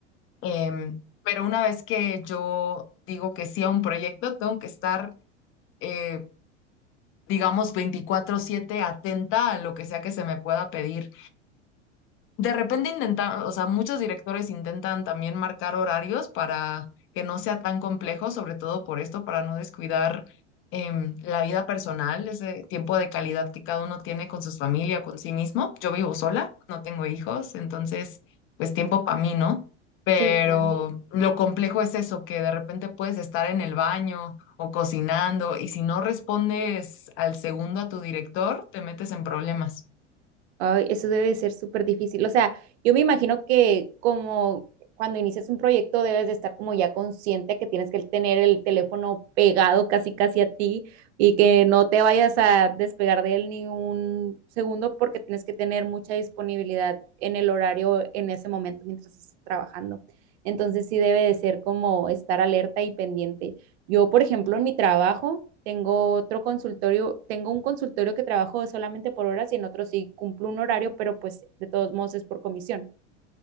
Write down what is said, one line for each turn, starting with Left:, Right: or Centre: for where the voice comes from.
Left: Em, pero una vez que yo digo que sí a un proyecto, tengo que estar, eh, digamos, veinticuatro siete atenta a lo que sea que se me pueda pedir. De repente intentan, o sea, muchos directores intentan también marcar horarios para que no sea tan complejo, sobre todo por esto, para no descuidar em, la vida personal, ese tiempo de calidad que cada uno tiene con su familia, con sí mismo. Yo vivo sola, no tengo hijos, entonces, pues tiempo para mí, ¿no? Pero
Right: Sí, claro.
Left: lo complejo es eso, que de repente puedes estar en el baño o cocinando y si no respondes al segundo a tu director, te metes en problemas.
Right: Ay, eso debe de ser súper difícil. O sea, yo me imagino que como cuando inicias un proyecto debes de estar como ya consciente que tienes que tener el teléfono pegado casi casi a ti y que no te vayas a despegar de él ni un segundo porque tienes que tener mucha disponibilidad en el horario en ese momento mientras estés trabajando. Entonces sí debe de ser como estar alerta y pendiente. Yo, por ejemplo, en mi trabajo tengo otro consultorio, tengo un consultorio que trabajo solamente por horas y en otro sí cumplo un horario, pero pues de todos modos es por comisión